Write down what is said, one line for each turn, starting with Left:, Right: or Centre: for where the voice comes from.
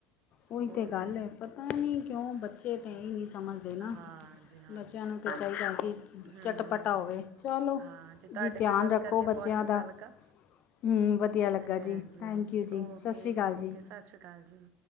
Left: ਓਈ
Right: ਹੋਰ
Left: ਤੇ ਗਾੱਲ
Right: ਕੀ
Left: ਏ ਪਤਾ ਨੀ ਕਯੋ ਬੱਚੇ
Right: ਹੋਰ
Left: ਤੇ ਇਹ ਨੀ
Right: ਕੀ
Left: ਸਮਝਦੇ ਨਾ,
Right: ਹਾਂਜੀ ਹਾਂਜੀ
Left: ਬੱਚੇਆਂ ਨੂੰ
Right: ਹੋਰ
Left: ਚਾਈਦਾ ਕਿ
Right: ਹੂੰ
Left: ਚਟਪਟਾ ਓਵੇ ਚਲੋ,
Right: ਹਾਂ ਤੁਹਾਡੇ
Left: ਜੀ ਤਯਾਨ
Right: ਨਾਲ ਗੱਲ
Left: ਰੱਖੋ
Right: ਕਰਕੇ
Left: ਬੱਚੇਆਂ
Right: ਬਹੁਤ ਚੰਗਾ
Left: ਦਾ।
Right: ਲੱਗਾ
Left: ਹੂੰ ਵਦੀਆ ਲੱਗਾ
Right: ਹਾਂਜੀ
Left: ਜੀ
Right: ਹਾਂਜੀ
Left: ਥੈਂਕ
Right: ਹਾਂਜੀ
Left: ਯੂ ਜੀ
Right: ਓਕੇ
Left: ਸਾਸ਼੍ਰੀ ਕਾਲ
Right: ਓਕੇ
Left: ਜੀ।
Right: ਸਤਿ ਸ਼੍ਰੀ ਅਕਾਲ ਜੀ